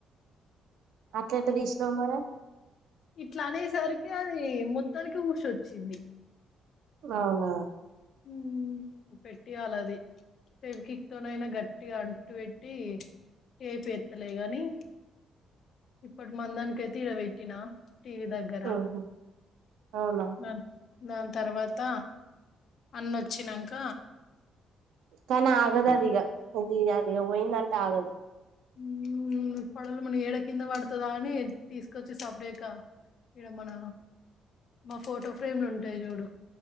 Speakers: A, on the right; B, on the left.
A: అట్లెట్ట తీసినావ్ మరి
B: ఇట్ల అనేసరికి అది మొత్తానికి ఊషొచ్చింది
A: అవునా
B: మ్మ్ హు పెట్టియ్యాల అది సెవకిక్ తో నైనా గట్టిగా అంటు పెట్టి టేప్ ఎత్తలే గాని ఇప్పటి మన దానికి అయితే ఈడబెట్టినా టీ వీ దగ్గర
A: ఉహు అవునా
B: న దాని తర్వాత అన్న వచ్చినంక
A: కానీ ఆగదది ఇగ అది అది పోయిందంటే ఆగదు
B: మ్మ్ పొడలు మన ఏడ కింద పడుతుదో అని తీసుకొచ్చి సెపరేట్ గా ఈడ మన మా ఫోటో ఫ్రేమ్లు ఉంటాయి చూడు